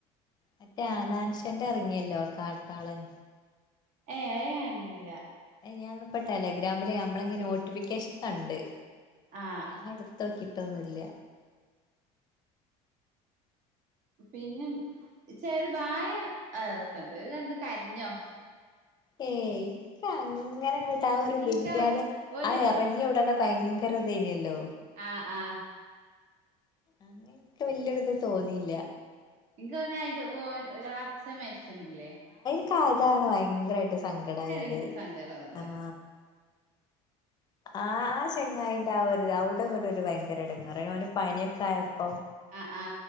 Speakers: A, on the left (about 30°); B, on the right (about 60°).
A: മറ്റേ ആനാൻഷന്റെ ഇറങ്ങിയല്ലോ കാട്ടാളൻ
B: ഏ അഅ് ഞാനണ്ടില്ല
A: ഏ ഞാൻന്നിപ്പോ ടെലഗ്രാമില് നമ്മള ഇങ്ങെ നോട്ടിഫിക്കേഷൻ കണ്ട്
B: ആ
A: ഞാൻ എടുത്തോക്കിട്ടൊന്നല്ല
B: പിന്നെ ചേത് വായ രസുണ്ട്ത് കണ്ട് കരിഞ്ഞോ
A: ഏ ഇക്ക അങ്ങനെ ഇങ്ങട്ട ആ ഒരു
B: ഇൻക്ക്
A: വല്യ ത്
B: ഒരു
A: ആ ഇറങ്ങി ഉടനെ ഭയങ്കര വതൈനല്ലോ
B: ആഹ ആഹ
A: അങ്ങനക്കെ വല്യരുത് തോന്നിയില്ല
B: ഇനിക്ക് <unintelligible>
A: ക്ക് അതാണ് ഭയങ്കരായിട്ട് സങ്കടമായത്
B: ഇൻക്ക് സങ്കടം വന്നേ
A: ആഹ ആ ചെങ്ങായിന്റെ ആ ഒരു അവിട നിന്നിട്ടൊരു ഭയങ്കര എടങ്ങാറായി. ഓന് പനിയൊക്കെ ആ അപ്പൊ
B: ആ ആ